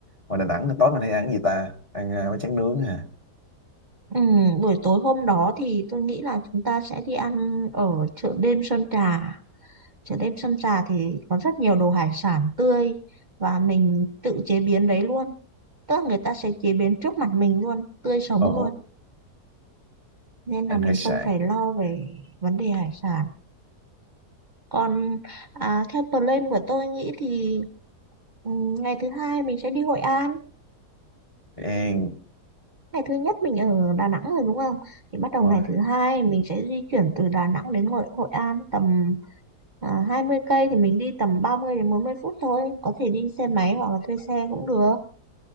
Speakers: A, on the left (about 25°); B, on the right (about 40°).
A: ngoài Đà Nẵng tối mình hay ăn cái gì ta ăn à, bánh tráng nướng hả
B: ừ, buổi tối hôm đó thì tôi nghĩ là chúng ta sẽ đi ăn ở chợ đêm Sơn Trà chợ đêm Sơn Trà thì có rất nhiều đồ hải sản tươi và mình tự chế biến đấy luôn tức là người ta sẽ chế biến trước mặt mình luôn tươi sống
A: ồ
B: luôn nên là
A: ăn
B: mình
A: hải sản
B: không phải lo về vấn đề hải sản còn à, theo plan của tôi nghĩ thì ừ, ngày thứ hai mình sẽ đi Hội An
A: ăn
B: ngày thứ nhất mình ở Đà Nẵng rồi đúng không thì bắt đầu
A: đúng
B: ngày
A: rồi
B: thứ hai mình sẽ di chuyển từ Đà Nẵng đến Hội, Hội An tầm à, 20 cây thì mình đi tầm 30 đến 40 phút thôi có thể đi xe máy hoặc là thuê xe cũng được